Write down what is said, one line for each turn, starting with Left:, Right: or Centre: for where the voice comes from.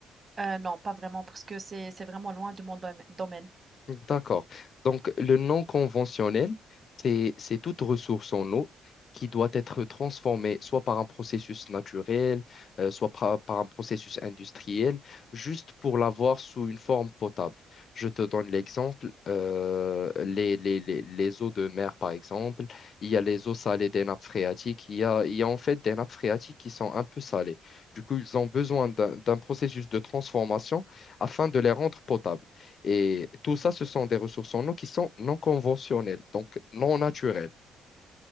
Right: Euh, non, pas vraiment, parce que c'est, c'est vraiment loin de mon dom- domaine.
Left: D'accord. Donc, le non conventionnel, c'est, c'est toute ressource en eau qui doit être transformée soit par un processus naturel, euh, soit par, par un processus industriel, juste pour l'avoir sous une forme potable. Je te donne l'exemple, euh, les, les, les, les eaux de mer, par exemple, il y a les eaux salées des nappes phréatiques, il y a, il y a en fait des nappes phréatiques qui sont un peu salées. Du coup, ils ont besoin d'un d'un processus de transformation afin de les rendre potables. Et tout ça, ce sont des ressources en eau qui sont non conventionnelles, donc non naturelles.